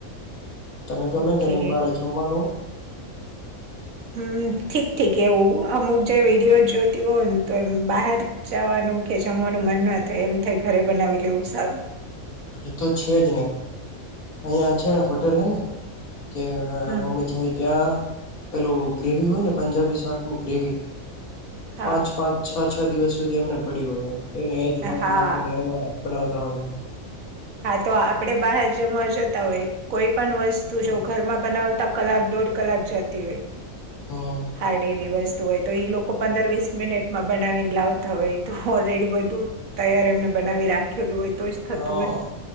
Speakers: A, on the left (about 85°); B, on the right (about 70°).
A: તને ગમે
B: ઓકે
A: કે નહી બારે જમવાનું
B: હમ ઠીક ઠીક એવું અમુક જે વિડીિયો જોતી હોય ને તો એમ બહાર જવાનું કે જમવાનું મન ના થાય એમ થાય ઘરે બનાવી લેવું સારું
A: એતો છે જ ને અહીંયા છે ને હોટેલ ને કે
B: હમ
A: મમ્મી જાય ત્યાં પેલું ગ્રેવી હોય ને પંજાબી શાકની ગ્રેવી
B: હા
A: પાંચ પાંચ છ છ દિવસ સુધી એમને પડી્યું હોય એને જ નાખ
B: હા
A: નાખીને એ બનાવતા હોય
B: હા તો આપડે બહાર જવા જતા હોય કોઈ પણ વસ્તુ
A: હમ
B: જો ઘરમાં બનાવતા કલાક દોઢ કલાક જતી હોય
A: હા
B: હાર્ડ એવી વસ્તુ હોય તો એ લોકો પંદર વીસ મિનિટમાં બનાવીને લાવતા હોય તો ઓલરેડી બધું તૈયાર એમને બનાવી રાખેલું હોય તો જ થતું
A: હા
B: હોય